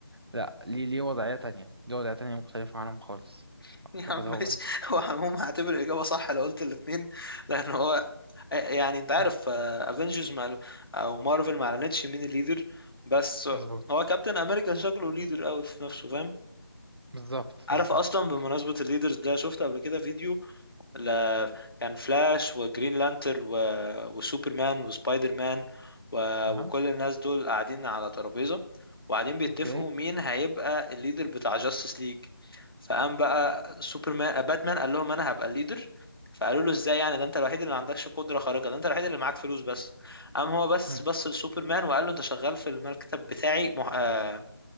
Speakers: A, on the right; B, on the left.
A: لا ليه ليه وضعيه تانية ليه وضعيه تانية مختلفه عنهم خالص
B: <laughs>
A: اعتقد
B: يا عم
A: هو
B: ماشي
A: يعني
B: هو عموما هعتبر الاجابه صح لو قلت الاثنين لان هو آه، يعني انت عارف
A: مم،
B: افنجرز مع او مارفل ما اعلنتش مين الليدر بس
A: مظبوط
B: هو كابتن امريكا شكله ليدر قوي في نفسه فاهم
A: بالظبط
B: عارف
A: بالظبط
B: اصلا بمناسبه الليدرز ده شفت قبل كده فيديو ل... كان فلاش وجرين لانتر و... وسوبرمان وسبايدر مان و...
A: اها
B: وكل الناس دول قاعدين على ترابيزه وقاعدين بيتفقوا
A: اوكي
B: مين هيبقى الليدر بتاع جاستس ليج فقام بقى سوبرمان باتمان قال لهم انا هبقى الليدر فقالوا له ازاي يعني ده انت الوحيد اللي ما عندكش قدره خارقه ده انت الوحيد اللي معاك فلوس بس قام هو بس
A: مم.
B: بص لسوبرمان وقال له انت شغال في المكتب بتاعي مح... آه،